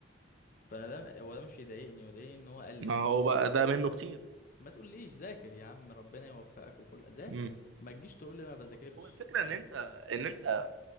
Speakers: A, on the left; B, on the right.
A: فانا ده هو ده مش يضايقني يضايقني ان هو قال لي
B: ما
A: ما تقوليش
B: هو بقى ده منه كتير
A: ما تقوليش ذاكر يا عم ربنا يوفقك وكل ذاكر
B: مم.
A: ما تجيش تقول لي انا ما بذاكرش
B: هو هو الفكره
A: انت
B: ان
A: فاهم
B: انت ان انت